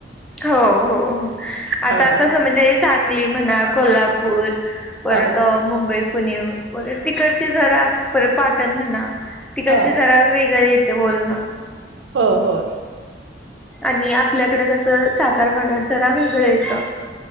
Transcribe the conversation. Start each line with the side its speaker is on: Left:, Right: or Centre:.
Centre: हो हो
Right: पण
Centre: आता कसं म्हणजे
Right: हां.
Centre: सांगली म्हणा कोल्हापूर. परत
Right: हां.
Centre: मुंबई पुणे वगैरे तिकडचे जरा परत पाटण म्हणा तिकडचे
Right: अ, हां.
Centre: जरा वेगळे येते बोलणं.
Right: हो हो.
Centre: आणि आपल्याकडे कसं सातार भागात जरा वेगळं येतं.